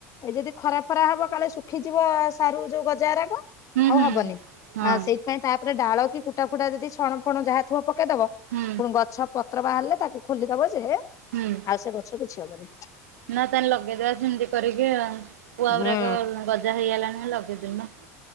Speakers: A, on the left (about 40°); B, on the right (about 75°).
A: ଏଇ ଯଦି ଖରା ଫରା ହବ କାଳେ ଶୁଖିଯିବ, ସାରୁ ଯୋଉ ଗଜା ରାଗ। ଆଉ
B: ହୁଁ।
A: ହବନି?
B: ହଁ।
A: ଆ ସେଇଥିପାଇଁ ତାପ ଡାଳ କି କୁଟା ଫୁଟା ଯଦି ଛଣ ଫଣ ଯାହା ଥିବ ପକେଇଦବ।
B: ହୁଁ
A: ପୁଣି ଗଛ ପତ୍ର ବାହାରିଲେ, ତାକୁ- ଖୋଲିଦବ ଯେ,
B: ହୁଁ
A: ଆଉ ସେ ଗଛ କିଛି ହବନି।
B: ନା, ତାହେଲେ ଲଗେଇଦବା ସେମିତି କରିକି ଆଉ। ପୁଆ
A: ହୁଁ
B: ଗୁରାକ ଗଜା ହେଇଅଲାଣି ଲଗେଇଦଉନ।